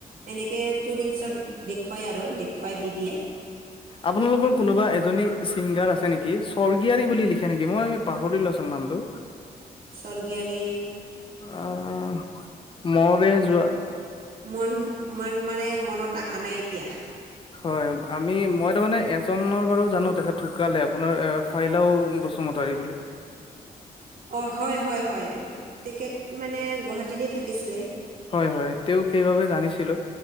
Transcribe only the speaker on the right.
এনেকে টুৰিংচত দেখুৱাই আৰু দেখুৱাই দি দিয়ে।
স্বৰ্গীয়ী
মন-মন মানে মনত আহা নাই এতিয়া।
অ' হয় হয় হয়, তেখেত মানে গুৱাহাটীতে থাকিছিলে।